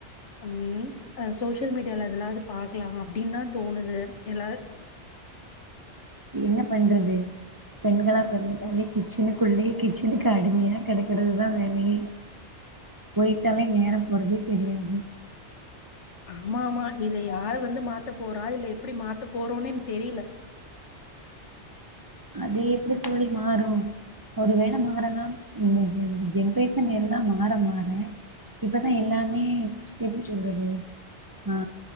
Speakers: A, on the left; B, on the right.
A: ம் ஆ சோசியல் மீடியால எதுல்லாவது பாக்கலா அப்படின்னு தா தோணுது எல்லா
B: என்ன பண்றது பெண்களா பெறந்துட்டாலே கிச்சனுக்குள்ளே கிச்சனுக்கு அடிமையா கெடைக்கிறது தா வேலையே போயிட்டாலே நேர போறதே தெரியாது
A: ஆமா ஆமா இத யார் வந்து மாத்த போறா இல்ல எப்படி மாத்த போறோனே இன்னு தெரியல
B: அது எப்படி தோழி மாறு ஒருவேளை மாறலா இந்த ஜென் ஜென்ரேசன் எல்லா மாற மாற இப்பதா எல்லாமே எப்படி சொல்றது ஆ